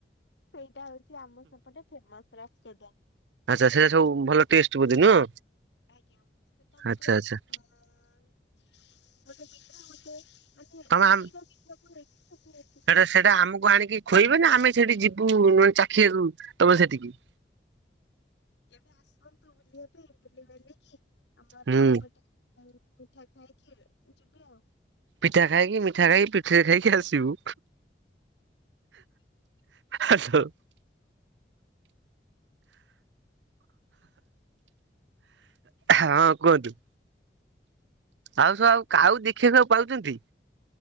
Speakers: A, on the left (about 90°); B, on the right (about 85°).
A: ସେଇଟା ହଉଛି ଆମ ସେପଟେ ଫେମସ ରାସ କଦମ।
B: ଆଚ୍ଛା ସେଇଟା ସବୁ ଭଲ ଟେଷ୍ଟ ବୋଧେ ନୁହଁ।
A: ଆଜ୍ଞା ସେଟା ଗୋଟେ
B: ଆଚ୍ଛା ଆଚ୍ଛା
A: ଆଁ ଗୋଟେ ମିଠା ଗୋଟେ। ମାନେ
B: ତମେ
A: ଦିଟା
B: ଆମ
A: ମିଠା କୁ ନେଇକ ଗୋଟେ। ହେଇଥିବ
B: ସେଟା
A: ଆଉ।
B: ସେଟା ଆମକୁ ଆଣିକି ଖୋଇବେ ନା ଆମେ ସେଠି ଯିବୁେ ମାନେ ଚାଖିବାକୁ ତମ ସେଠିକି।
A: କେବେ ଆସନ୍ତୁ ବୁଲିବା ପାଇଁ ବୁଲି ବାଲି କି ଆମର
B: ହୁଁ
A: ଏପଟେ। ଆଉ ମିଠା ଖାଇକି ଯିବେ ଆଉ।
B: ପିଠା ଖାଇକି ମିଠା ଖାଇକି ପିଠିରେ ଖାଇକି ଆସିବୁ। ହାଲୋ। ହଁ କୁହନ୍ତୁ। ଆଉ ସବୁ ଆଉ କାଉ ଦେଖିବାକୁ ଆଉ ପାଉଛନ୍ତି।